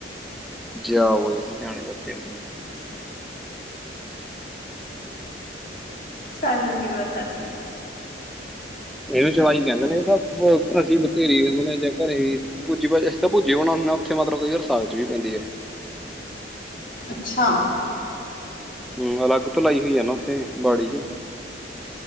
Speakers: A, in the centre; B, on the left.
A: ਜਾ ਓਏ ਸਿਆਣੇ ਬੱਚੇ
B: ਸਾਨੂੰ ਕੀ ਪਤਾ ਸੀ
A: ਇਹਨੂੰ ਚਲਾਈ ਕਹਿੰਦੇ ਨੇ ਅਸੀ ਬਥੇਰੀ <unintelligible> ਵੀ ਪੈਂਦੀ।
B: ਅੱਛਾ
A: ਹੂੰ ਅਲੱਗ। ਭਲਾਈ ਹੋਈ ਆ ਨਾ ਉੱਥੇ ਬਾੜੀ ਚ।